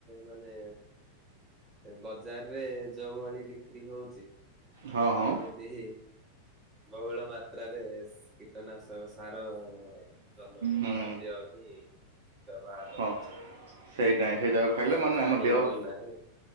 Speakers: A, on the right; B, on the right.
A: ମାନେ ବଜାରରେ ଯୋଉ ଭଳି ବିକ୍ରି ହଉ
B: ହଁ ହଁ
A: ଏମିତି ବହୁଳ ମାତ୍ରାରେ କୀଟନାଶକ ସାର ଜନକ
B: ହୁଁ
A: ଖାଦ୍ୟ ହିଁ ବ୍ୟବହାର
B: ହଁ
A: ହଉଛି
B: ସେଇଟା ହିଁ ସେଇଟାକୁ ଖାଇଲେ
A: ତ
B: ମାନେ
A: ଜାଣି
B: ଆମ ଦେହ
A: ହଉନାହିଁ